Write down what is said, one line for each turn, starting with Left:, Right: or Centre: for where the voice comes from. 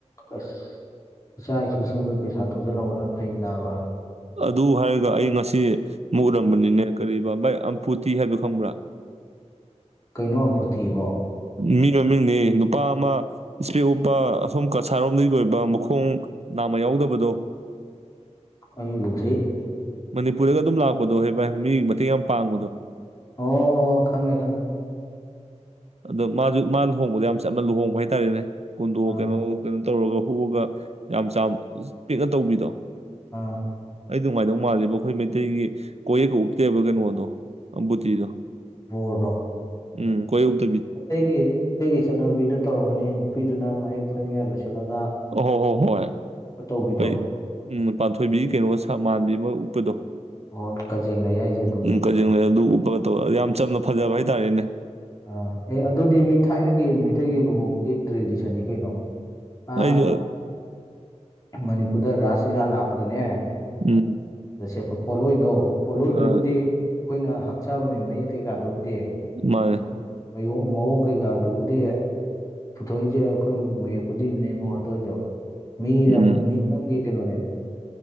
Left: ꯑꯁ ꯏꯆꯥ ꯏꯁꯨ ꯁꯦꯝꯕꯒꯤ ꯄꯩꯁꯥ ꯇꯣꯡꯖꯤꯜꯍꯧꯕꯅ ꯐꯩ ꯅꯥꯕ
Right: ꯑꯗꯨ ꯍꯥꯏꯔꯒ ꯑꯩ ꯉꯁꯤ ꯑꯃꯨꯛ ꯎꯔꯝꯕꯅꯤꯅꯦ ꯀꯔꯤꯕ ꯚꯥꯏ ꯑꯝꯄꯨꯇꯤ ꯍꯥꯏꯕꯗꯣ ꯈꯪꯕ꯭ꯔꯥ
Left: ꯀꯩꯅꯣ ꯑꯃꯐꯨꯠꯇꯤꯕꯣ
Right: ꯃꯤ ꯃꯃꯤꯡꯅꯦ ꯅꯨꯄꯥ ꯑꯃ ꯏꯁꯄꯦꯛ ꯎꯞꯄ ꯑꯁꯣꯝ ꯀꯁꯥꯔ ꯔꯣꯝꯗꯒꯤ ꯑꯣꯏꯕ ꯃꯈꯣꯡ ꯅꯥꯝꯃ ꯌꯥꯎꯗꯕꯗꯣ
Left: ꯑꯩ ꯎꯗ꯭ꯔꯤ
Right: ꯃꯅꯤꯄꯨꯔꯗꯒ ꯑꯗꯨꯝ ꯂꯥꯛꯄꯗꯣ ꯍꯦ ꯚꯥꯏ ꯃꯤꯒꯤ ꯃꯇꯦꯡ ꯌꯥꯝ ꯄꯥꯡꯕꯗꯣ
Left: ꯑꯣ ꯑꯣ ꯈꯪꯉꯦ ꯈꯪꯉꯦ
Right: ꯑꯗꯣ ꯃꯥꯖꯨ ꯃꯥ ꯂꯨꯍꯣꯡꯕꯗ ꯌꯥꯝ ꯆꯞꯅ ꯂꯨꯍꯣꯡꯕ ꯍꯥꯏꯇꯥꯥꯔꯦꯅꯦ ꯀꯨꯟꯗꯣ
Left: ꯑꯥ
Right: ꯀꯩꯅꯣ ꯀꯩꯅꯣ ꯇꯧꯔꯒ ꯍꯨꯛꯑꯒ ꯌꯥꯝ ꯆꯥꯝ ꯄꯤꯛꯅ ꯇꯧꯕꯤꯗꯣ
Left: ꯑꯥ
Right: ꯑꯩꯗꯤ ꯅꯨꯡꯉꯥꯏꯗꯧ ꯃꯥꯜꯂꯤꯕ ꯑꯩꯈꯣꯏ ꯃꯩꯇꯩꯒꯤ ꯀꯣꯌꯦꯠꯀ ꯎꯞꯇꯦꯕ ꯀꯩꯅꯣꯗꯣ ꯑꯕꯨꯨꯇꯤꯗꯣ
Left: ꯕꯣꯔꯗꯣ
Right: ꯎꯝ ꯀꯣꯏꯌꯦꯠ
Left: ꯃꯩꯇꯩꯒꯤ ꯃꯩꯇꯩꯒꯤ ꯆꯠꯅꯕꯤꯗ ꯇꯧꯔꯝꯒꯅꯤ ꯅꯨꯄꯤꯗꯨꯅ ꯃꯌꯦꯛ ꯐꯅꯦꯛꯅꯥꯏꯕ ꯁꯦꯠꯂꯒ
Right: ꯑꯣꯍꯣ ꯍꯣ
Left: ꯇꯧꯕꯤꯗꯣ
Right: ꯍꯣꯏ ꯎꯝ ꯄꯥꯟꯊꯣꯏꯕꯤ ꯀꯩꯅꯣ ꯁꯥ ꯃꯥꯟꯕꯤ ꯑꯃꯥ ꯎꯞꯄꯗꯣ
Left: ꯍꯣꯏ ꯀꯖꯦꯡ ꯂꯩ ꯍꯥꯏꯁꯦ ꯑꯗꯨꯅꯤꯅꯦ
Right: ꯎꯝ ꯀꯖꯦꯡꯂꯩ ꯑꯗꯨ ꯎꯄꯒ ꯇꯧ ꯌꯥꯝ ꯆꯝꯅ ꯐꯖꯕ ꯍꯥꯏꯇꯥꯔꯦꯅꯦ
Left: ꯑꯥ ꯑꯦ ꯑꯗꯨꯗꯤ ꯃꯤ ꯊꯥꯏꯅꯒꯤ ꯃꯩꯇꯩꯒꯤ ꯂꯨꯍꯣꯡꯕꯒꯤ ꯇ꯭ꯔꯦꯗꯤꯁꯟꯅꯤ ꯀꯩꯅꯣ ꯑꯥ
Right: ꯑꯩꯁꯨ
Left: ꯃꯅꯤꯄꯨꯔꯗ ꯔꯥꯁ ꯂꯤꯂꯥ ꯂꯥꯛꯄꯗꯅꯦ
Right: ꯎꯝ
Left: ꯁꯦꯠꯄ ꯄꯣꯠꯂꯣꯏꯗꯣ ꯄꯣꯠꯂꯣꯏꯗꯨꯕꯨꯗꯤ
Right: ꯑꯥ
Left: ꯑꯩꯈꯣꯏꯅ ꯍꯛꯆꯥꯕꯅꯦ ꯃꯌꯦꯛ ꯀꯩꯀꯥꯗꯨꯕꯨꯗꯤ
Right: ꯃꯥꯅꯤ
Left: ꯐꯨꯠ- ꯃꯌꯣꯡ ꯃꯑꯣꯡ ꯀꯩꯀꯥꯗꯨꯕꯨꯗꯤ ꯄꯨꯊꯣꯛꯏꯁꯦ ꯑꯩꯈꯣꯏ ꯃꯌꯦꯛꯄꯨꯗꯤꯅꯦꯀꯣ ꯑꯗꯣꯏꯖꯨ ꯃꯤꯒꯤꯅ
Right: ꯎꯝ
Left: ꯃꯤꯔꯝꯒꯤ ꯀꯩꯅꯣꯅꯦꯕ